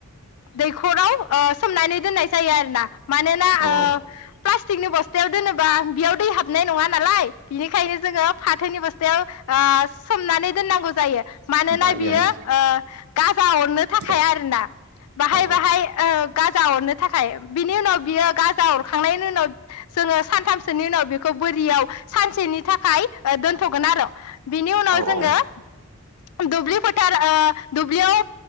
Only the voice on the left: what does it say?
दैखराव सोमनानै दोन्नाय जायो आरोना। मानोना
ओ
प्लास थिगनि बस्थायाव दोनोबा बेयाव दै हाबनाय नङा नालाय बिनिखायनो जोङो फाथोनि बस्थायाव ओ सोमनानै दोननांगौ जायो मानोना
बियो गा जा अरनो थाखाय
आरोना बाहाय
बाहाय ओ जा अरनो थाखाय बिनि उनाव बियो गाजा अरखांनायनि उनाव जोङो सान्थामसोनि उनाव बेखौ बोरियाव सानसेनि थाखाय खाय दोन्थ'गोन आर बिनि उनाव
जोङो
दुब्लि फोथार ओ दुब्लियाव